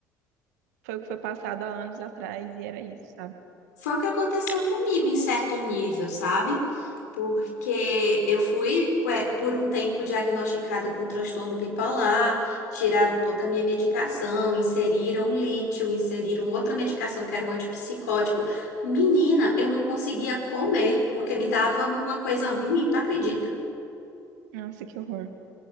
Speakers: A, on the right; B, on the left.
A: foi o que foi passado há anos atrás e era isso, sabe?
B: Foi o que aconteceu comigo em certo nível, sabe? Porque eu fui pue- por um tempo diagnosticada com transtorno bipolar, tiraram toda a minha medicação, inseriram lítio, inseriram outra medicação que era um antipsicótico. Menina, eu não conseguia comer porque me dava uma coisa ruim, tu acredita?
A: Nossa, que horror.